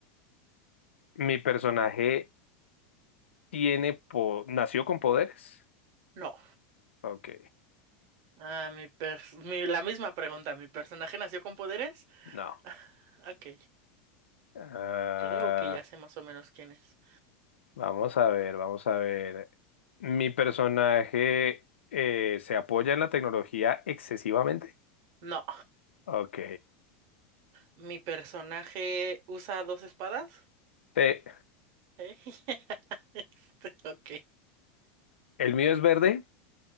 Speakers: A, on the left; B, on the right.
A: ¿Mi personaje tiene po- nació con poderes?
B: No.
A: Ok,
B: Ah, mi pers- mi- la misma pregunta. ¿Mi personaje nació con poderes?
A: no.
B: <laughs> Ok.
A: Ah,
B: Creo que ya sé más o menos quién es.
A: vamos a ver, vamos a ver. ¿Mi personaje eh, se apoya en la tecnología excesivamente?
B: No,
A: Ok.
B: mi personaje usa dos espadas.
A: Te-
B: ¿Eh? <laughs> Este, ok.
A: ¿El mío es verde?